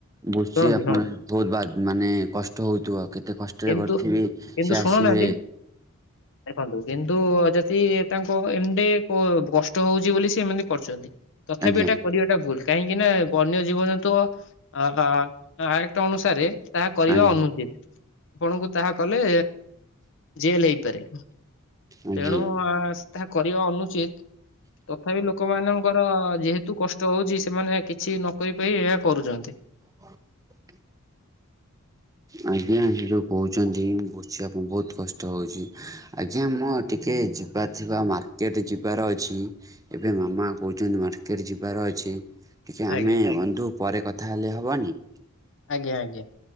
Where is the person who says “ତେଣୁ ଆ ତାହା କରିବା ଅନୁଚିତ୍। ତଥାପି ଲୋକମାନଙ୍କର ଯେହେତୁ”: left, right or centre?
Left